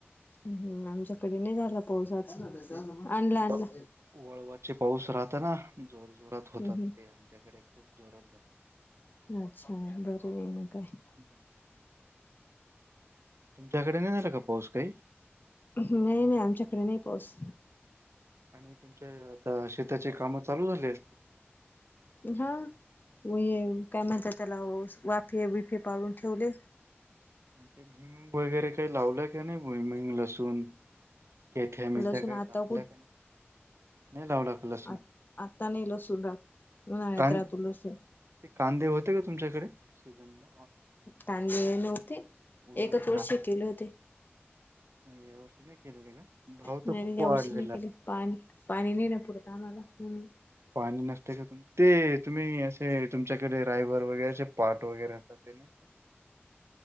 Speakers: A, on the left; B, on the right.
A: हम, आमच्याकडे नाही झाला पाऊस अजून,
B: ते
A: आणलं, आणलं,
B: व वळवाचे पाऊस राहताना, जोर जोरात
A: हम्म
B: होतात, ते आमच्याकडे खूप जोरात झाले,
A: अच्छा, बर आहे मग काय?
B: <unintelligible> तुमच्याकडे नाही, झाला का पाऊस काही?
A: नाही नाही आमच्याकडे नाही पाउस.
B: आणि तुमच्या आता शेताचे कामं चालू झाले.
A: हं. विये काय म्हणतात त्याला वाफे विफे पाडून ठेवले.
B: ते भुमिं वगैरे काही लावलं का नाही भुमिंग, लसून? तेथ मिशा
A: लसूण
B: काही
A: आता
B: कापल्या का नाही नाही लावला कलर.
A: आ आता नाही लसून राहात उन्हाळ्यात
B: कां
A: राहतो लसूण.
B: ते कांदे होते का तुमच्याकडे सीझन ला?
A: कांदे नव्हते
B: उन्हाळे
A: एकच वर्ष केले होते.
B: यावर्षी नाही केले का? ग भाव
A: नाही
B: तर खूप
A: या
B: वाढलेला.
A: वर्षी नाही केले पाणी पाणी नाही ना पुरत आम्हाला म्हणून.
B: पाणी नसते का ते तुम्ही असे तुमच्याकडे रायवर वगैरेचे पार्ट वगैरे आता ते नाही का?